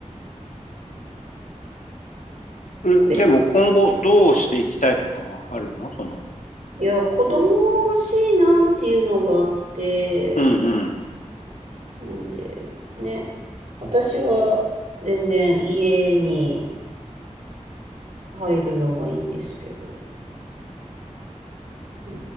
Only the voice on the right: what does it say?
別に、
いや、子供は欲しいなっていうのがあって、
なんで、ね、私は全然家に入るのはいいんですけど、ね、